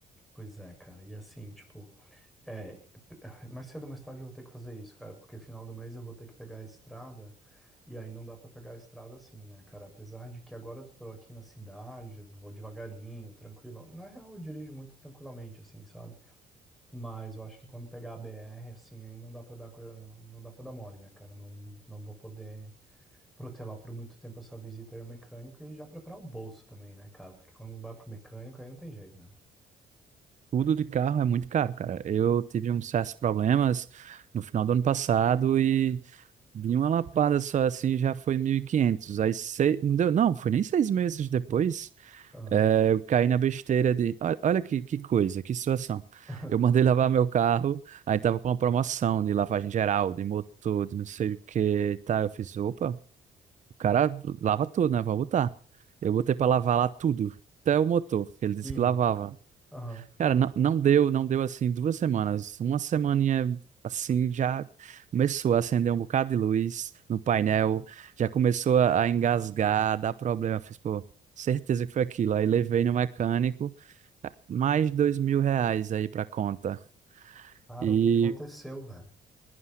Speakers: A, in the centre; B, on the right.
A: Pois é, cara. E assim, tipo, é, mais cedo ou mais tarde eu vou ter que fazer isso, cara, porque final do mês eu vou ter que pegar a estrada, e aí não dá pra pegar a estrada assim, né, cara? Apesar de que agora eu tô aqui na cidade, vou devagarinho, tranquilo. Na real, eu dirijo muito tranquilamente, assim, sabe? Mas eu acho que quando pegar a BR, assim, aí não dá pra dar, co- não dá para dar mole, né, cara? Não, não vou poder protelar por muito tempo essa visita aí ao mecânico e já preparar o bolso também, né, cara? Porque quando vai pro mecânico, aí não tem jeito, né?
B: Tudo de carro é muito caro, cara. Eu tive uns certos problemas no final do ano passado e de uma lapada só assim já foi 1.500. Aí sei, não deu, não, foi nem seis meses depois.
A: Ah.
B: eh, eu caí na besteira de. Olha, olha que, que coisa, que situação.
A: <laughs>
B: Eu mandei lavar meu carro, aí tava com uma promoção de lavagem geral, de motor, de não sei o que e tal. Eu fiz, opa. O cara lava tudo, né? Vou botar. Eu botei pra lavar lá tudo, até o motor, que ele disse
A: E,
B: que lavava.
A: aham.
B: Cara, não, não deu, não deu assim duas semanas. Uma semaninha assim já começou a acender um bocado de luz no painel, já começou a, a engasgar, a dar problema. Eu Fiz, pô, certeza que foi aquilo. Aí levei no mecânico, mais dois mil reais aí pra conta.
A: Cara,
B: e
A: o que que aconteceu, velho?